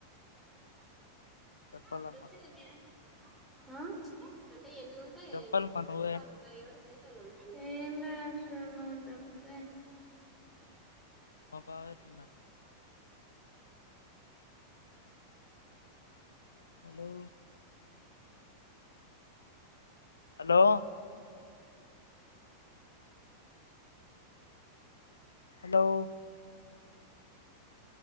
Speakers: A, on the left; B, in the centre.
A: చెప్పాలమ్మా
B: అప్పుడ వచ్చిందిన్యాయం ఆ అయితే ఎన్ని ఉంటాయని
A: చెప్పాలమ్మా నువ్వే
B: అంటే వాళ్ళు ఎవరు బయట చలం ఏలా అస ను చెప్తే
A: మా బావ ఎట్లున్నారు hello hello hello